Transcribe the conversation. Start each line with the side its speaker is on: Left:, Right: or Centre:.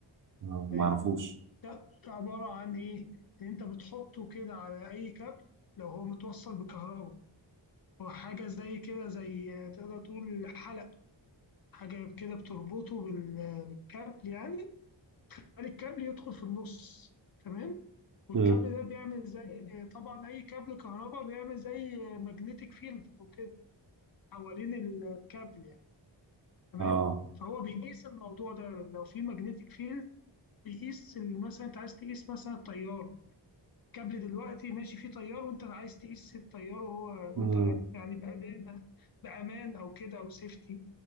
Right: آه،
Left: تمام
Right: ما اعرفوش
Left: ده ده عباره عن ايه ان انت بتحطه كده على اي كابل لو هو متوصل بكهرباء هو حاجه زي كده زي آه، تقدر تقول حلق حاجه كده بتربطه بال- بالكابل يعني الكابل يدخل في النص تمام والكابل
Right: مم.
Left: ده بيعمل زي طبعا اي كابل كهرباء بيعمل زي ماجنتيك فيلد او كده حوالين الكابل يعني تمام
Right: اه
Left: فهو بيقيس الموضوع ده لو في ماجنتيك فيلد بيقيس ال- مثلا انت عايز تقيس مثلا التيار الكابل دلوقتي ماشي فيه تيار وانت عايز تقيس التيار وهو
Right: مم.
Left: وانت يعني بامان بامان او كده او سيفتي